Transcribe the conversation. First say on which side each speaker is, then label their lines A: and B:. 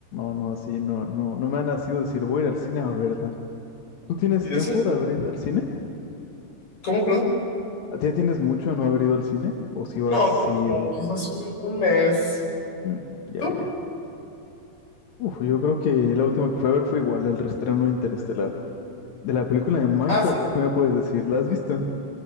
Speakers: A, on the left; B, on the left.
A: no, no, así, no, no, no me ha nacido decir, voy a ir al cine a verla. ¿Tú tienes
B: ¿Y
A: tiempo
B: eso?
A: de haber ido al cine?
B: ¿Cómo, perdón?
A: ¿Ya tienes mucho de no haber ido al cine? ¿O si vas
B: No, tengo
A: has ido?
B: como quizás un, un mes.
A: Mm, ya,
B: ¿Tú?
A: ya, ya. Uf, yo creo que la última que fui a ver fue igual, el reestreno de Interestelar. De la película de Minecraft,
B: ¿Ah, sí?
A: ¿qué me puedes decir? ¿La has visto?